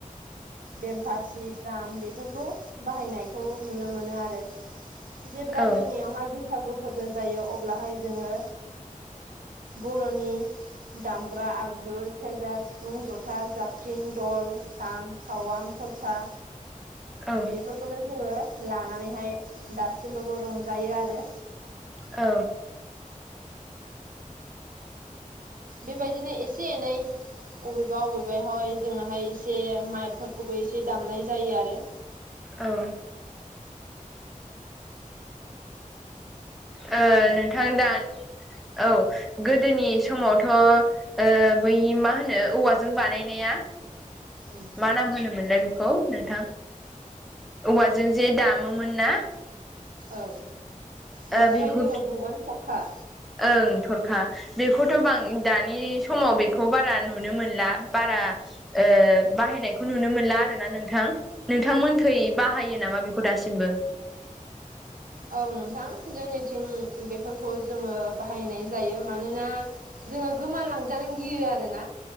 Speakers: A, on the right (about 85°); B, in the centre.
A: बेमफाथि द्राम बेफोरखौ बाहायनायखौ नुनो मोनो आरो। जेब्ला
B: औ
A: जोंनियावहाय बैस बैसागु फोरबो जायो अब्लाहाय जोङो बर'नि दामग्रा आगजु सेरजा सिफुं जथा जाबख्रिं दल खाम खावां थरखा
B: औ
A: बेफोरखौनो जोङो लानानैहाय दासिमबाबो रंजायो आरो।
B: औ।
A: बेबायदिनो एसे एनै अबेबा अबेबाहाय जोङोहाय एसे माइकफोरखौबो एसे दामनाय जायो आरो।
B: औ। ओ नोंथां दा औ गोदोनि समावथ' ओ बै मा होनो औवाजों बानायनाया
A: उम।
B: मा नाम होनोमोनलाय बेखौ नोंथां? औवाजों जे दामोमोन ना।
A: औ बेखौहाय
B: ओ बेखौ
A: जोङो बुंगोन थरखा।
B: ओं थरखा। बेखौथ' बां दानि समाव बेखौ बारा नुनो मोनला बारा ओ बाहायनायखौ नुनो मोनला आरो ना नोंथां नोंथांमोनखै बाहायो नामा बेखौ दासिमबो?
A: औ नोंथां जोंनिथिं बेफोरखौ जोङो बाहायनाय जायो मानोना जोङो गोमालांजानो गियो आरो ना।